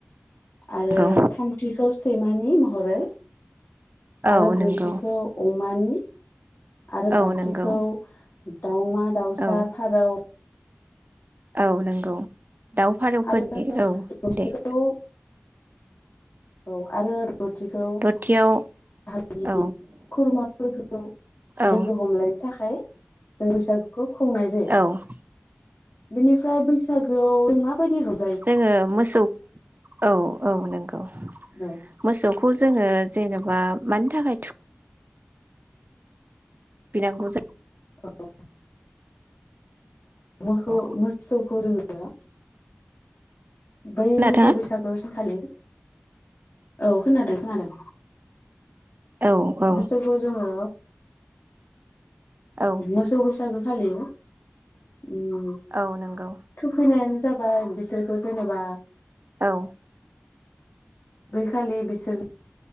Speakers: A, on the right; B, on the left.
A: नंगौ
B: आरो थामथिखौ सैमानि महरै
A: औ
B: आरो ब्रैथिखौ
A: नंगौ
B: अमानि आरो
A: औ
B: बाथिखौ
A: नंगौ
B: दाावमा-दाउसा
A: औ
B: फारौ
A: औ नंगौ दाउ फारौफोरनि
B: आरो
A: औ दे
B: बेखौ औ आरो दथिखौ
A: दथियाव
B: बागि
A: औ
B: खुरमाफोरखौ
A: औ
B: लोगो हमलायनो थाखाय जों बैसागुखौ खुंनाय जायो।
A: औ
B: बेनिफ्राय बैसागोआव माबायदि रं
A: जोङो मोसौ औ औ नंगौ।
B: औ
A: मोसौखौ जोङो जेनेबा मानि थाखाय थु खैनांगौ जायो
B: औ मोखौ
A: जायो
B: मोसौखौ रोङो बै
A: खोनादोंना
B: मोसौ बैसागो सानखालि औ खोनादों खोनादों
A: औ औ
B: बोसौखौ जोङो
A: औ
B: मोसौ बैसागो खालि उम
A: औ नोंगौ
B: थुखैनायानो जाबाय बिसोरखौ जेनेबा
A: औ
B: बैखालि बिसोर